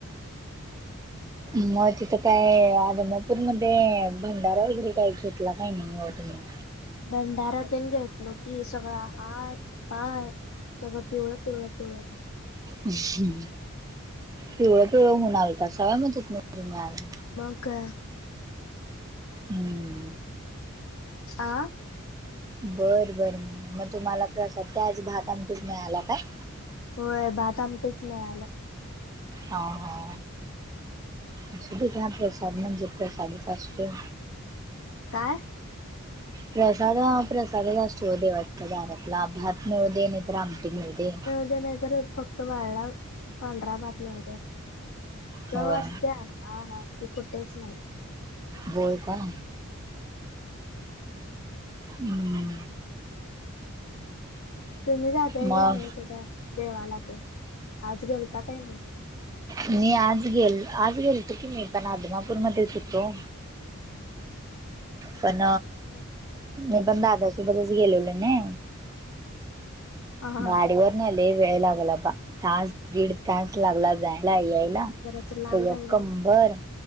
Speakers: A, on the right; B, on the left.
A: मग तिथं काय आले नायत. पूरमध्ये भंडारा वगैरे काही घेतला काही नाही नव्ह तुम्ही.
B: भंडारा तेन घेतलो कि सगळा हात पाय. सगळ पिवळं पिवळं पिवळं झालं.
A: अहं, पिवळं पिवळं होऊन आलत सवय तुम्ही आज.
B: मग काय?
A: हम्म.
B: आ.
A: बरं बरं मग आज तुम्हाला प्रसाद काय भात आमटीच मिळाला काय?
B: होय भात आमटीचं मिळालं.
A: हा हा. असूदे घ्या प्रसाद म्हणजे प्रसादच असतो.
B: काय?
A: प्रसाद हा प्रसादच असतोय ओ देवाच्या दारातला. भात मिळू दे नाहीतर आमटी मिळू दे.
B: दे नाहीतर फक्त वाळला पांढरा भात मिळू दे. चव
A: होय
B: असत्या. आ हा ती कुठेच नाही.
A: होय काय हुं
B: तुम्ही जाताय
A: मग
B: काय नाही कुठं देवाला तेन? आज गेलता काय नाही?
A: मी आज गेल- आज गेलतो की मी पण आदमापूरमध्येच हुतो. पण
B: होय.
A: मी पण दादा सोबतच गेललो ना.
B: हा हा
A: गाडीवर नाही आले वेळ लागला बा तास गीड तास लागला जाय-
B: हम्म
A: यायला
B: जरासं लांब
A: ना
B: आहे
A: <unintelligible> कंबर